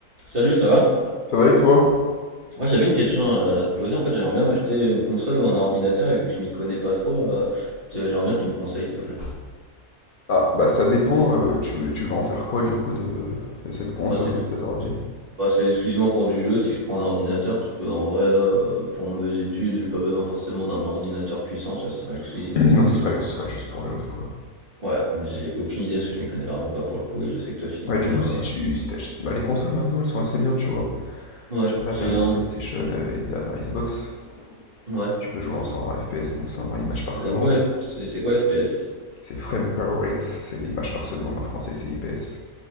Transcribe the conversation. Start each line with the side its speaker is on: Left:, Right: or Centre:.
Right: Salut, ça va?
Left: Ça va et toi?
Right: Moi, j'avais une question euh, à te poser. En fait, j'aimerais bien m'acheter une console ou un ordinateur, et vu que je m'y connais pas trop, euh, t'es- j'aimerais bien que tu me conseilles, s'il te plaît.
Left: Ah, bah ça dépend, euh, tu veux, tu veux en faire quoi du coup de, de cette console
Right: Moi, c'est
Left: ou
Right: plus.
Left: de cet ordi?
Right: Moi, c'est exclusivement pour du jeu si je prends un ordinateur, parce que en vrai, euh, pour mes études, j'ai pas besoin forcément d'un ordinateur puissant, ça sera exclusivement
Left: <clears throat> Donc
Right: pour du
Left: ce
Right: gaming.
Left: serait, ce serait juste pour allouer quoi.
Right: Ouais, mais j'ai aucune idée parce que je m'y connais vraiment pas pour le coup, et je sais que toi, tu t'y
Left: Ouais,
Right: connais
Left: du coup,
Right: un.
Left: si tu si t'achètes- bah, les consoles maintenant elles sont assez bien, tu vois.
Right: Ouais,
Left: J'ai la
Right: j'ai
Left: dernière
Right: un.
Left: PlayStation euh, et le dernier Xbox,
Right: Ouais.
Left: tu peux jouer
Right: C'est
Left: en 120 FPS, donc 120 images
Right: c'est-
Left: par seconde.
Right: alors quoi, F- c'est c'est quoi FPS?
Left: C'est frame per rates, c'est images par seconde en français, c'est IPS.